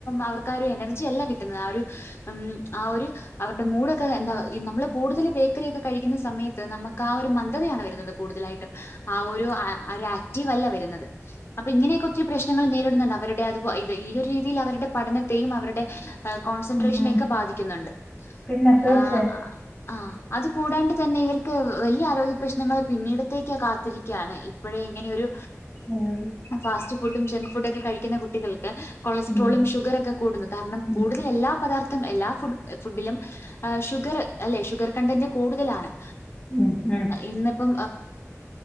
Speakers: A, on the left; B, on the left.
A: അവ ഒരു എനർജി അല്ല കിട്ടുന്നത് ആ ഒരു ഉ ആ ഒരു അവരുടെ മൂഡൊക്കെ എന്താ നമ്മള് കൂടുതൽ ബേക്കറി ഒക്ക കഴിക്കുന്ന സമയത്ത് നമുക്ക് ആ ഒരു മന്ദതയാണ് വരുന്നത് കൂടുതലായിട്ടും ആ ഒരു ആ ഒരു ആക്റ്റീവ് അല്ല വരുന്നത് അപ്പൊ ഇങ്ങനെയൊക്കെ ഒത്തിരി പ്രശ്ങ്ങൾ നേരിടുന്നുണ്ട് അവരുടെ അത്പ്പോ ഇത് ഈ ഒരു രീതിൽ അവരുടെ പഠനത്തെയും അവരുടെ കോൺസെൻട്രേഷനെയ
B: ഉം ഉം
A: ഒക്കെ ബാധിക്കുന്നുണ്ട്
B: പിന്നെ തീർച്ചയായും
A: ആ ആ അത് കൂടാണ്ട് തന്നെ ഇവർക്ക് െ വലിയ ആരോഗ്യ പ്ര്രശ്നങ്ങൾ പിന്നീടത്തേക്ക് കാത്തിരിക്കുകയാണ് ഇപ്പോഴേ ഇങ്ങനെൊ ഒരു
B: ഉം
A: ഫാസ്റ്റ് ഫുഡും ജങ്ക് ഫുഡും ഒക്കെ കഴിക്കുന്ന കുട്ടികൾക്ക് കൊളസ്ട്രോളും
B: ഉം
A: ഷുഗറൊക്കെ കൂടുന്നു കാരണം
B: ഉം
A: കൂടുതൽ എല്ലാ പദാർത്ഥം എല്ലാ ഫു് ഫുഡിലും ആ ഷുഗർ അല്ലെ ഷുഗർ കണ്ടന്റ് കൂടുതലാണ്
B: ഉം ഉം
A: ഇന്നിപ്പോ